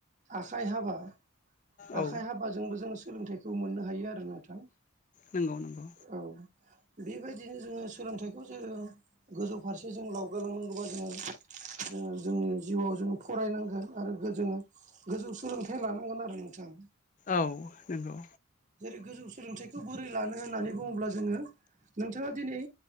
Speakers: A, on the right; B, on the left.
A: आखाइ हाबा
B: औ
A: आखाइ हाबाजोंबो जोङो सोलोंथाइखौ मोननो हायो आरो नोंथां
B: नंगौ नंगौ
A: औ बेबायदिनो जोङो सोलोंथाइखौ जोङो, गोजौ फारसे जों लावगालांनांगौबा जोङो, जोङो जोंनि जिउआव जोङो फरायनांगोन । आरो जोङो गोजौ सोलोंथाइ लानांगोन आरो नोंथाङ।
B: औ नंगौ।
A: जेरै- गोजौ सोलोंथाइखौ बोरै लानो होननानै बुङोब्ला जोङो? नोंथाङा दिनै,